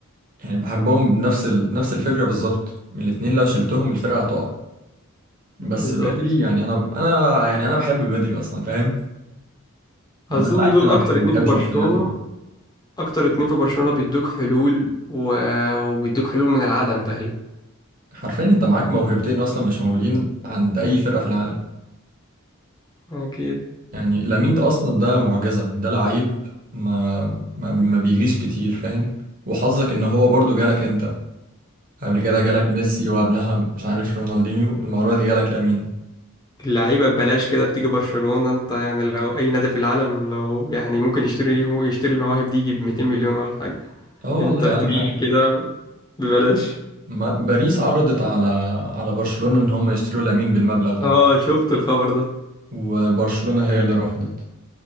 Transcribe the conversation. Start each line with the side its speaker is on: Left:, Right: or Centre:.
Right: يعني بحبهم بنفس ال... نفس الفكرة بالظبط الاتنين لو شلتهم الفرقة هتقع بس
Left: بالظبط
Right: بدري يعني أنا أنا يعني أنا بحب بدري أصلا فاهم
Left: اظن
Right: ده لعيب
Left: دول
Right: أنا
Left: اكتر
Right: بحبه
Left: اتنين
Right: بحب
Left: في
Right: شخصيته
Left: برشلونة اكتر اتنين في برشلونة بيدوك حلول و... وبيدوك حلول من العدم تقريبا
Right: حرفيا أنت معاك موهبتين أصلا مش موجودين عند أي فرقة في العالم
Left: اكيد
Right: يعني لامين ده اصلا ده معجزة ده لعيب ما ما, ما بيجيش كتير فاهم وحظك ان هو برضو جالك انت قبل كده جالك مم. ميسي وقبلها مش عارف رونالدينيو المرة دي جالك لامين
Left: واللعيبه ببلاش كده بتيجي برشلونه انت يعني لو اي نادي في العالم لو يعني ممكن يشتري يشتري المواهب دي يجيب 200 مليون ولا حاجه
Right: اه والله
Left: انت بتجيلك
Right: اقل حاجة
Left: كده ببلاش
Right: ما باريس عرضت على على برشلونة ان هم يشتروا لامين بالمبلغ ده
Left: اه شفت الخبر ده
Right: وبرشلونة هي اللي رفضت